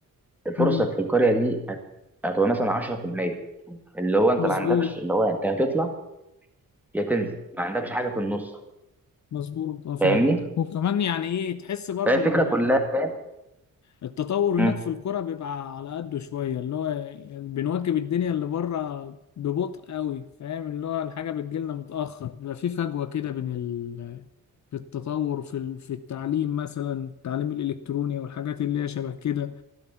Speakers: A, in the centre; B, on the left.
A: فرصك
B: امم
A: في القريه دي هت- هتبقى مثلا 10% اللي هو انت
B: مظبوط
A: ما عندكش اللي هو انت هتطلع يا تنزل ما عندكش حاجه في النص
B: مظبوط اه فعلا
A: فاهمني
B: وكمان يعني ايه تحس برضو
A: فهي الفكره كلها فاهم
B: التطور
A: مم،
B: هناك في الكرة بيبقى على قده شوية اللي هو يعني بنواكب الدنيا اللي بره ببطء قوي فاهم اللي هو الحاجة بتجيلنا متأخر بيبقى في فجوة كده بين ال... في التطور في ال- في التعليم مثلا التعليم الإلكتروني والحاجات اللي هي شبه كده